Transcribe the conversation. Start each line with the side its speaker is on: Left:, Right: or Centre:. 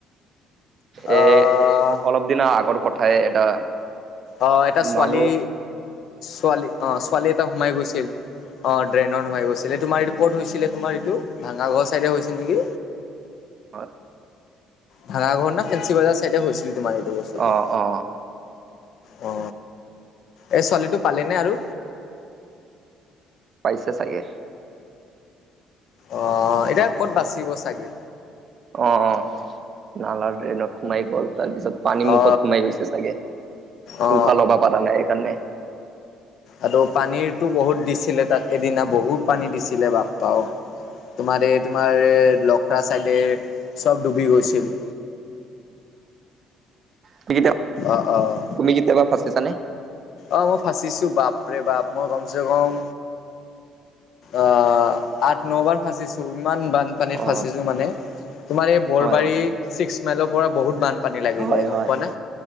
Right: এই
Left: আহ
Right: অলপ দিনা আগৰ কথাই এটা
Left: অ এটা ছোৱালী
Right: মানুহ
Left: ছোৱালী অ ছোৱালী এটা সোমাই গৈছিল। অ ড্ৰেইনত, সোমাই গৈছিল এই তোমাৰ এইটো ক'ত হৈছিলে তোমাৰ এইটো ভাঙাঘৰ ছাইডে হৈছিল নেকি।
Right: হয়।
Left: ভাঙা ঘৰ ন ফেসি বাজাৰ চাইডে হৈছিলি তোমাৰ এইটো বস্তুটো-
Right: অ অ
Left: অ এই ছোৱালীটো পালিনে‌ আৰু
Right: পাইছে চাগে।
Left: অ এতিয়া ক'ত বাচিব চাগে।
Right: অ অ নালা ড্ৰেইনত সোমাই গ'ল তাৰপিছত পানী মুখত
Left: অ
Right: সোমাই গৈছে চাগে,
Left: অ
Right: উশাহ লবা পাৰা নাই সেইকাৰণে
Left: আৰু পানীৰতো বহুত দিছিলে তাত এদিনা বহুত পানী দিছিলে বাপ্পাও তোমাৰ এই তোমাৰ লখৰা চাইডে চ'ব ডুবি গৈছিল।
Right: সেইকিতা
Left: অঁ অঁ।
Right: তুমি কেতিয়াবা ফঁচিছা নে?
Left: অ মই ফাঁচিছো বাপ ৰে বাপ, মই কমচে কম অ আঠ ন' বাৰ ফাঁচিছো, ইমান বানপানীত
Right: অ
Left: ফাঁচিছো মানে। তোমাৰ এই বৰবাৰী,
Right: হয় হয়
Left: ছিক্স মাইলৰ পৰা বহুত বান, পানী লাগি
Right: হয়
Left: যায়। গম
Right: হয়
Left: পোৱা নে?